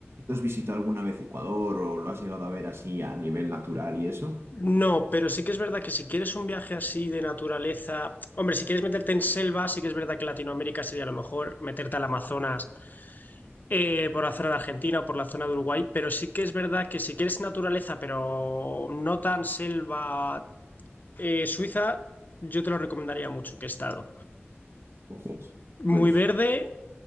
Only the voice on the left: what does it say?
no, pero sí que es verdad que si quieres un viaje así de naturaleza, hombre, si quieres meterte en selva, sí que es verdad que Latinoamérica sería a lo mejor meterte al Amazonas eh, por la zona de Argentina o por la zona de Uruguay, pero sí que es verdad que si quieres naturaleza, pero no tan selva, eh, Suiza, yo te lo recomendaría mucho que he estado.
Muy
verde,